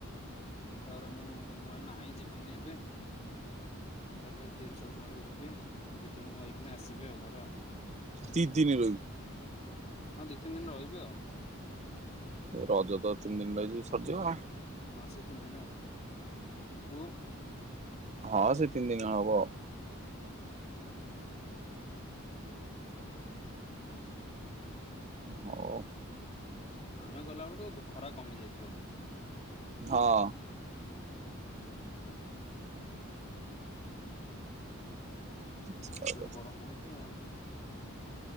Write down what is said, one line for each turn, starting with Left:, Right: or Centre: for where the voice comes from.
Left: ତାପରେ ମୁଁ କହିଲି ନାହିଁ ଯିବିନି ଏବେ ଏକାଥରେ ତେରିି ଚଉଦ ଆଡକୁ ଯିବି ଦି ତିିନି ଦିନ ରହିକି ଆସିବି ଆଉ ଘରେ ଆଉ।
Right: ଦି ଦିନ ରହିବୁ?
Left: ହଁ ଦି ତିନି ଦିନ ରହିବି ଆଉ।
Right: ଏ ରଜ ତ ତିନି ଦିନ ରହି ଯିବୁ ସରିଯିବ ଆଉ।
Left: ହଁ ସେ ତିନି ଦିନ ଆଉ ତୁ?
Right: ହଁ ସେ ତିନି ଦିନି ହବ।
Left: ଉ ହୁଁ।
Right: ହଉ
Left: ଆମେ ଗଲାବେଳକୁ ଖରା କମିଯାଇଥିବ।
Right: ହଁ। ସେୟା
Left: ଏତେ ଜୋର
Right: କଥା।
Left: ଗରମ ହଉଛି ଆଉ।